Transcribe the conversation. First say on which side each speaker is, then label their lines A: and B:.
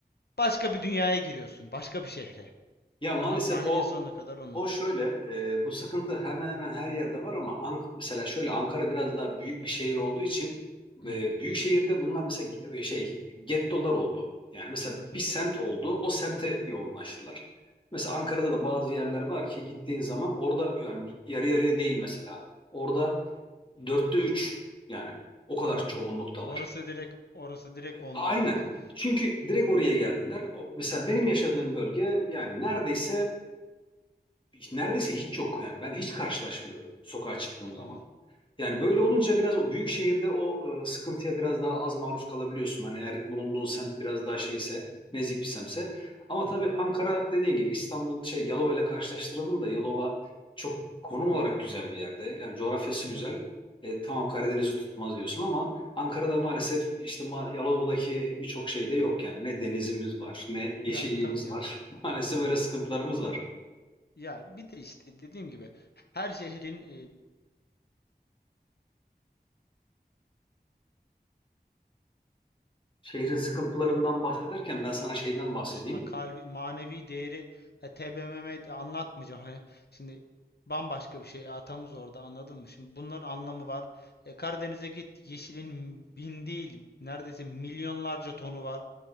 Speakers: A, on the left (about 70°); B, on the left (about 30°).
A: Başka bir dünyaya giriyorsun. Başka bir şehre.
B: Ya
A: Oradan
B: maalesef
A: sahilin
B: o
A: sonuna kadar onun.
B: o şöyle e, bu sıkıntı hemen hemen her yerde var ama Ank mesela şöyle Ankara biraz daha büyük bir şehir olduğu için
A: Hı
B: e,
A: hı.
B: büyük şehirde bunlar mesela e, şey gettolar oldu. Yani mesela
A: Hı hı.
B: bir semt oldu o semte yoğunlaştılar. Mesela Ankara'da da bazı yerler var ki gittiğin zaman orada yani yarı yarıya değil mesela. Orada dörtte üç yani o kadar
A: Anladım.
B: çoğunluktalar.
A: Orası direkt orası direkt onların
B: Aynen.
A: anladım.
B: Çünkü direkt oraya geldiler. O- Mesela benim yaşadığım bölge yani neredeyse neredeyse hiç yok yani ben hiç karşılaşmıyorum sokağa çıktığım zaman.
A: Tamam.
B: Yani böyle olunca biraz o büyük şehirde o e, sıkıntıya biraz daha az maruz kalabiliyorsun. Hani eğer bulunduğun semt biraz daha şeyse, nezih bir semtse. Ama
A: Hı
B: tabii
A: hı.
B: Ankara dediğin gibi İstanbul şey Yalova ile karşılaştıralım da Yalova çok konum olarak güzel bir yerde. Yani coğrafyası
A: Hı hı.
B: güzel. E, tamam Karadeniz'i tutmaz diyorsun ama Ankara'da maalesef işte ma- Yalova'daki birçok şey de yok yani. Ne denizimiz var, ne yeşilliğimiz
A: Ya tabii canım.
B: var. <laughs> Maalesef
A: Tabii
B: böyle
A: canım.
B: sıkıntılarımız var.
A: Ya bir de işte dediğim gibi her şehrin e,
B: Şehrin sıkıntılarından bahsederken ben sana şeyden bahsedeyim.
A: aslında kalbi, manevi değeri e, TBMM de anlatmayacağım. Hani şimdi bambaşka bir şey atamız orada anladın mı? Şimdi bunların anlamı var. E, Karadeniz'e git yeşilin bin değil neredeyse milyonlarca tonu var.